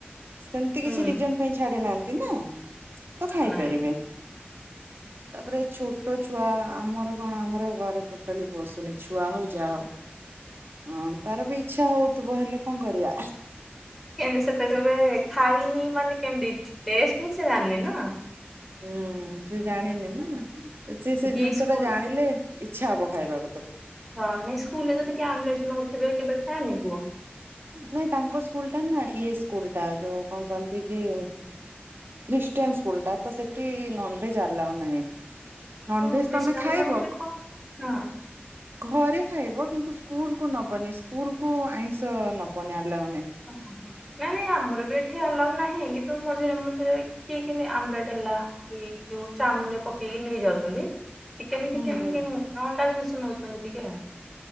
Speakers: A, on the right; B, in the centre.
A: ସେମିତି
B: ହୁଁ
A: କିଛି ରିଜନ ପାଇଁ ଛାଡି ନାହାନ୍ତି ନା ତ ଖାଇପାରିବେ।
B: ନାଇଁ।
A: ତାପରେ ଛୋଟ ଛୁଆ ଆମର କଣ ଆମର ଘରେ ଟୋଟାଲି ପସୁନି ଛୁଆ ହଉ ଯାହା ହଉ। ହଁ ତାର ବି ଇଚ୍ଛା ହଉଥିବ ହେଲେ କଣ କରିବା
B: କେତି ସେତ କେବେ ଖାଇନି ମାନେ କେମିତି ଟେଷ୍ଟ ସେ ଜାଣିନି ନା
A: ହୁଁ ସେ ଜାଣିନି ନା ସେ ସେ
B: କି
A: ଜିନିଷ
B: ସ୍କୁଲ
A: ଟା ଜାଣିଲେ ଇଛା ହବ ଖାଇବାକୁ ତାକୁ
B: ହଁ ନାଇଁ ସ୍କୁଲରେ ତ ଟିକେ ଆମଲେଟ୍ ନେଉଥିବେ କେବେ ଖାଏନି ପୁହ
A: ନାଇଁ ତାଙ୍କ ସ୍କୁଲ ଟା ନା ଇଏ ସ୍କୁଲ ଟା ଯୋଉ କଣ କହନ୍ତି କି କ୍ରିଷ୍ଟଟିୟନ୍ସ୍ ସ୍କୁଲ ଟା। ତ ସେଠି ନନଭେଜ ଆଲାଉ ନାହିଁ ନନଭେଜ
B: ଓହୋ ଖ୍ରୀଷ୍ଟିଆନ
A: ତମେ ଖାଇବ।
B: ମାନେ ବି ହଁ। ହଁ।
A: ଘରେ ଖାଇବ କିନ୍ତୁ ସ୍କୁଲ୍ କୁ ନବନି ସ୍କୁଲ୍ କୁ ଆଇଁଷ ନବନି ଆଲାଉ ନାହିଁ।
B: ଓ ନାଇଁ ନାଇଁ ଆମର ବି ଏଠି ଆଲାଉ ନାହିଁ କିନ୍ତୁ ମଝିରେ ମଝିରେ କି କି ଆମ୍ବଲେଟ୍ ହେଲା କି ଯୋଉ ଚାଉମିନ୍ ରେ ପକେଇକି ନେଇଯାଚନ୍ତି। ଚିକେନ
A: ହୁଁ
B: ଫିକେନ
A: ହୁଁ।
B: କେ ନୁ ଅଣ୍ଡା ଜିନିଷ ନେଉଛନ୍ତି ଟିକେ